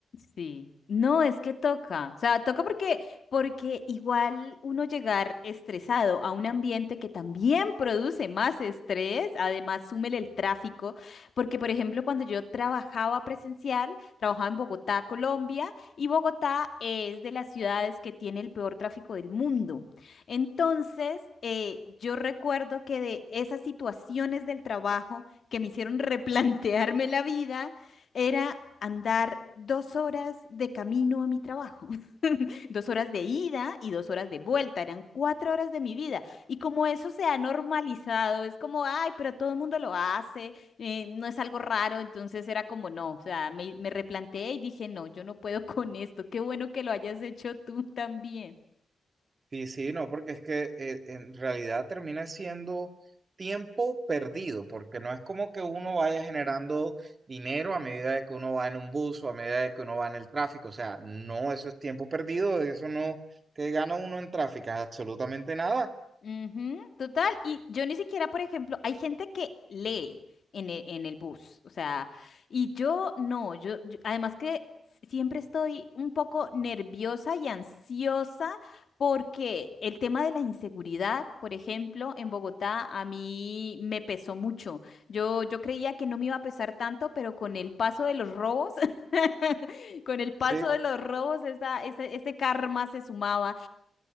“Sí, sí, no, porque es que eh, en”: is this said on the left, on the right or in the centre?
Right